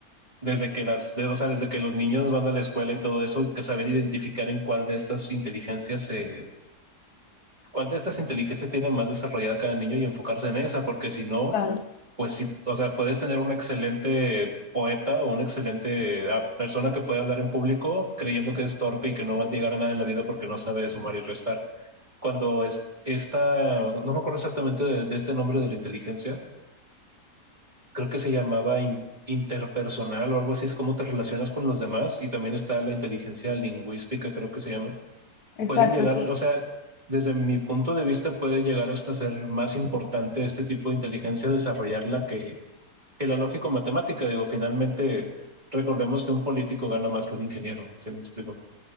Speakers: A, on the right; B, on the left.
A: desde que las, de- o sea, desde que los niños van a la escuela y todo eso, que saber identificar en cuál de estas inteligencias se, cuál de estas inteligencias tiene más desarrollada cada niño y enfocarse en esa, porque si no,
B: claro.
A: pues sí, o sea, puedes tener un excelente poeta o una excelente ah, persona que puede hablar en público creyendo que es torpe y que no va a llegar a nada en la vida porque no sabe sumar y restar. Cuando es, esta, no me acuerdo exactamente de, de este nombre de la inteligencia, creo que se llamaba in- interpersonal o algo así, es cómo te relacionas con los demás y también está la inteligencia lingüística, creo que se llama
B: Exacto,
A: pueden llegar,
B: sí.
A: o sea, desde mi punto de vista puede llegar hasta ser más importante este tipo de inteligencia desarrollarla que, que la lógico-matemática. Digo, finalmente, recordemos que un político gana más que un ingeniero, ¿sí me explico?